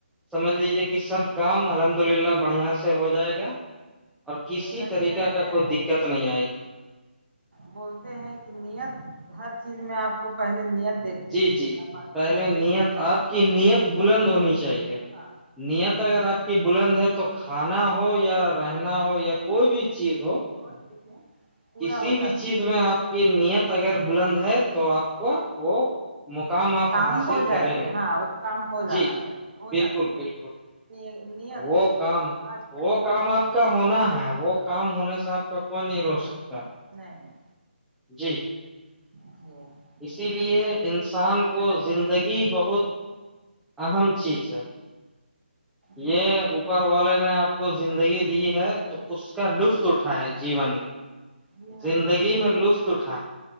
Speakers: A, in the centre; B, on the right.
A: سمجھ لیجیے کہ کہ سب کام الحمد للہ بڑھیا سے ہو جائے گا اور کسی
B: بولا
A: طریقہ
B: گیا ہے
A: کا
B: نا
A: کوئی دقت نہیں آئے گی
B: بولتے ہیں کہ نییت ہر چیز میں آپ کو پہلے نیت دیکھتے
A: جی
B: ہیں
A: جی
B: اللہ پاک
A: پہلے
B: نیت دیکھتے
A: نییت
B: ہیں
A: آپ کی نیت
B: کریے
A: بلند ہونی چاہیے
B: ہاں
A: نیت اگر آپ کی بلند ہے تو کھانا ہو یا رہنا ہو یا کوئی بھی چیز ہو
B: وہ پورا
A: کسی
B: ہو جاتا
A: بھی چیز میں آپ کی نیت اگر بلند ہے تو آپ کو وہ مقام آپ
B: کام
A: حاصل
B: ہو جائے
A: کریں
B: گی
A: گے
B: ہاں وہ کام ہو جانا
A: جی
B: چاہیے ہو
A: بالکل
B: جاتی
A: بالکل
B: ہے نیت
A: وہ کام
B: نماز پڑھیے
A: وہ کام
B: تو اس میں
A: آپ
B: بھی
A: کا
B: تو نیت
A: ہونا
B: کرنا
A: ہے وہ
B: پڑتا
A: کام
B: ہے
A: ہونے سے آپ کا کوئی نہیں رو
B: ہاں
A: سکتا
B: نہیں
A: جی
B: <inaudible> جی
A: اسی لیے
B: ہاں یہ
A: ان انسان
B: تو بہتر
A: کو
B: ہے
A: زندگی بہت اہم چیز ہے
B: جی
A: یہ
B: ہاں
A: اوپر والے نے آپ کو زندگی دی ہے تو اس کا لطف اٹھائےیں جیون میں
B: جی ہاں
A: زندگی
B: ہم لوگ
A: میں لطف اٹھائیں